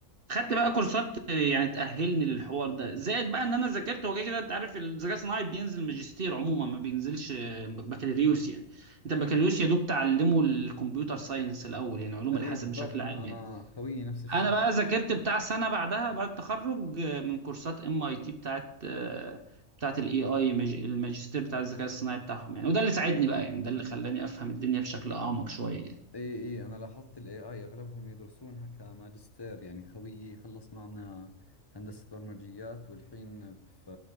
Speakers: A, on the right; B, on the left.
A: خدت بقى كورسات يعني تأهلني للحوار ده زائد بقى ان انا ذاكرت هو كده كده انت عارف الذكاء الصناعي بينزل ماجستير عموما ما بينزلش بكالوريوس يعني انت البكالوريوس يا دوب تعلمه الكمبيوتر ساينس الاول يعني علوم
B: إي
A: الحاسب
B: بالضبط
A: بشكل عام
B: أنا
A: يعني
B: خويي نفس الشيء
A: انا بقى ذاكرت بتاع سنه بعدها بعد التخرج آه، من كورسات ام اي تي بتاعت آه، بتاعت الاي اي الماجستير بتاع الذكاء الصناعي بتاعهم يعني وده اللي ساعدني بقى يعني ده اللي خلاني افهم الدنيا بشكل اعمق شويه
B: اي اي انا لاحظت الاي اي اغلبهم يدرسونها كماجستير يعني خويي خلص معنا هندسة برمجيات والحين في